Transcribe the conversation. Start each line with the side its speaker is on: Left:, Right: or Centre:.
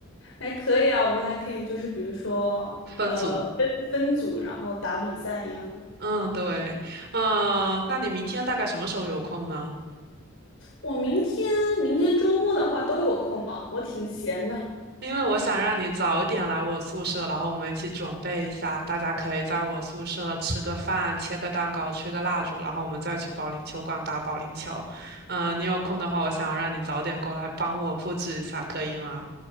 Left: 哎，可以啊，我们还可以就是比如说，
Right: 分组。
Left: 呃，分分组然后打比赛一样的。
Right: 嗯，对。嗯，那你明天大概什么时候有空呢？
Left: 我明天明天周末的话都有空吧，我挺闲的
Right: 因为我想让你早点来我宿舍，然后我们一起准备一下，大家可以在我宿舍吃个饭、切个蛋糕、吹个蜡烛，然后我们再去保龄球馆打保龄球。嗯、你有空的话，我想要让你早点过来帮我布置一下，可以吗？